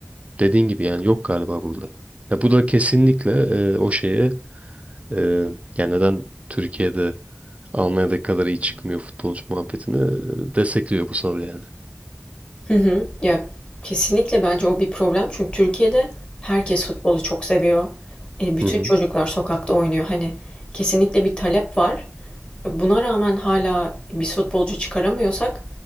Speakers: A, on the right; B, on the left.
A: Dediğin gibi yani yok galiba burada. Ya bu da kesinlikle e, o şeye e, yani neden Türkiye'de Almanya'daki kadar iyi çıkmıyor futbolcu muhabbetini e, destekliyor bu soru yani.
B: Hı hı. Ya kesinlikle bence o bir problem. Çünkü Türkiye'de herkes futbolu çok seviyor. E, bütün
A: Hı hı.
B: çocuklar sokakta oynuyor. Hani kesinlikle bir talep var. Buna rağmen hala bir futbolcu çıkaramıyorsak